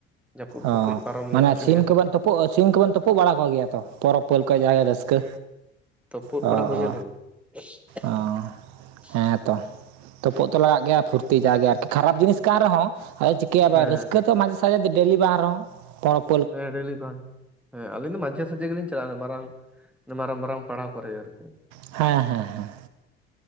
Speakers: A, in the centre; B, on the right.
A: ᱡᱟᱹᱯᱩᱫ
B: ᱚ
A: ᱠᱚ ᱠᱟᱹᱡ ᱯᱟᱨᱚᱢ
B: ᱢᱟᱱᱮ
A: ᱧᱚᱜ ᱦᱚᱪᱚᱭᱮᱜᱼᱟ
B: ᱥᱤᱢ ᱠᱚᱵᱮᱱ ᱥᱤᱢ ᱠᱚᱵᱚᱱ ᱛᱩᱯᱩᱜ ᱵᱟᱲᱟ ᱠᱚᱜᱮᱭᱟ ᱛᱚ ᱯᱚᱨᱚᱵᱽ ᱯᱟᱹᱞᱠᱟᱹ ᱡᱮ ᱨᱟᱹᱥᱠᱟᱹ
A: ᱛᱚᱯᱩᱫ
B: ᱚ
A: ᱵᱟᱲᱟ ᱠᱚᱜᱮᱭᱟᱞᱮᱧ
B: ᱚ
A: <unintelligible>
B: ᱚ ᱦᱮᱸᱛᱚ ᱛᱩᱯᱩᱜ ᱛᱚ ᱞᱟᱜᱟᱜ ᱜᱮᱭᱟ ᱯᱷᱩᱨᱛᱤ ᱡᱟ ᱜᱮ ᱟᱨᱠᱤ ᱠᱷᱟᱨᱟᱯ ᱡᱤᱱᱤᱥ ᱠᱟᱱ ᱨᱮᱦᱚᱸ ᱟ ᱠᱮᱭᱟᱵᱟᱨ
A: ᱦᱮᱸ
B: ᱨᱟᱹᱥᱠᱟᱹ ᱛᱚ ᱢᱟᱡᱷᱮ ᱥᱟᱡᱷᱮ ᱫᱚ ᱰᱮᱞᱤ ᱵᱟᱝ ᱨᱮᱦᱚᱸ ᱯᱚᱨᱚᱵ ᱼᱼ
A: ᱦᱮᱸ ᱰᱮᱞᱤ ᱠᱷᱚᱱ ᱦᱮᱸ ᱟᱹᱞᱤᱧ ᱫᱚ ᱢᱟᱡᱷᱮ ᱥᱟᱡᱮ ᱜᱮ ᱞᱤᱧ ᱪᱟᱞᱟᱜᱼᱟ ᱢᱟᱨᱟᱝ ᱢᱟᱨᱟᱝ ᱢᱟᱨᱟᱝ ᱯᱟᱲᱦᱟᱣ ᱠᱚᱨᱮ ᱟᱨᱠᱤ
B: ᱦᱮᱸ ᱦᱮᱸ ᱦᱮᱸ